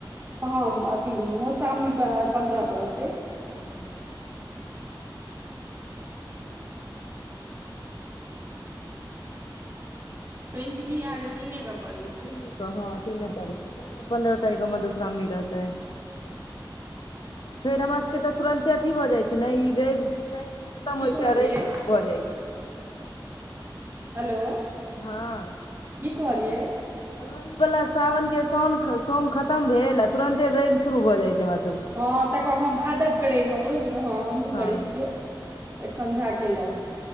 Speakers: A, on the right; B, on the left.
A: हं -अथी-मौश्रावणी पं -पन्द्रहके रहतय।
B: <inaudible>
A: पेंचमी अहाँके तीने के पड़ैए
B: तीने क हँ तीने तारिख के तांइ ने पन्द्रह तारिख के मधुश्रावणी रहतय। फेर हमरा सभके तऽ तुरन्ते अथी भऽ जाइत छै ने इ रइव तें ई खतम
A: की
B: होइ
A: कहलियै
B: छै आ रइव शुरू भऽ जाइ छै।
A: हेलो-
B: हँ-
A: की कहलियै?
B: कहलौं ई बला सावन के सोम- सोम खतम भेल आ तुरंते रइव शुरू भऽ जाइ छै हमरा सबके
A: हँ तकर बाद हॅं भादव के रैब हमरो सबके हँ -हमहुँ
B: हँ
A: करै छियै एक संझा केलहुँ